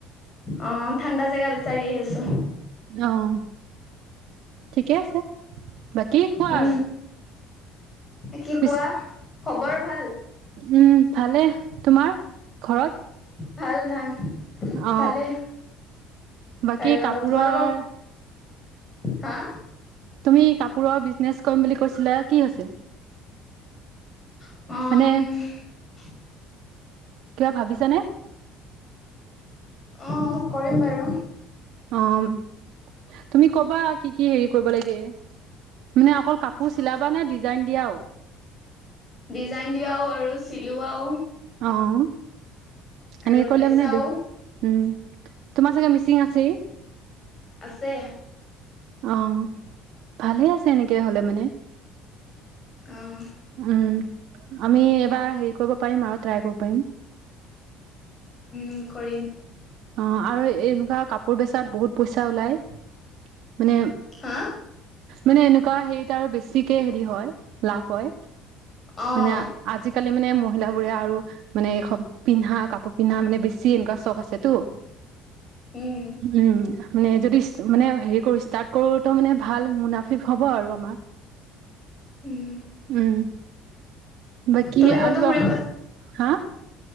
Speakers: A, on the left (about 20°); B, on the right (about 60°).
A: অ' ঠাণ্ডা জেগা বিচাৰি আহিছো।
B: অ' ঠিকে আছে, বাকী কোৱা
A: উম
B: আৰু।
A: কি
B: পিছ,
A: কোৱা খবৰ ভাল?
B: উম ভালে। তোমাৰ ঘৰত?
A: ভাল ভাল।
B: অ
A: ভালেই
B: বাকী
A: আৰু
B: কাপোৰৰ
A: তোমালোকক হা?
B: তুমি কাপোৰৰ বিজনেচ কৰিম বুলি কৈছিলে কি হৈছে?
A: অ'
B: মানে
A: উম।
B: কিবা ভাবিছানে?
A: অ' কৰিম বাৰু।
B: অ' তুমি কবা কি কি হেৰি কৰিব লাগে। মানে অকল কাপোৰ
A: অ
B: চিলাবা নে ডিজাইন দিয়াও?
A: ডিজাইন দিয়াও আৰু চিলোৱাও।
B: অ'
A: আৰু
B: এনেকে কৰিলে
A: বেচাও
B: মানে, উম। তোমাৰ চাগে মিচিং আছেই।
A: আছে।
B: অ' ভালেই আছে এনেকে হলে মানে।
A: অ'।
B: উম, আমি এবাৰ হেৰি কৰিব পাৰিম আৰু ট্ৰাই কৰিব পাৰিম।
A: উম কৰিম
B: অ' আৰু এনেকুৱা কাপোৰ বেচাত বহুত পইচা ওলায়। মানে
A: হা
B: মানে এনেকুৱা হেৰিত আৰু বেছিকে হেৰি হয় লাভ হয়।
A: অ'
B: মানে আজিকালি মানে ম মহিল বোৰে আৰু মানে এই পিন্ধা কাপোৰ পিন্ধা মানে বেছি এনেকুৱা চখ আছেতো।
A: উম
B: উম। মানে যদি মানে হেৰি কৰো ষ্টাৰ্ট কৰো তো মানে ভাল মুনাফিক হ'ব আৰু আমাৰ।
A: উম
B: উম। বাকি
A: তুমি ক'তো
B: আগিব
A: ফুৰিব
B: হা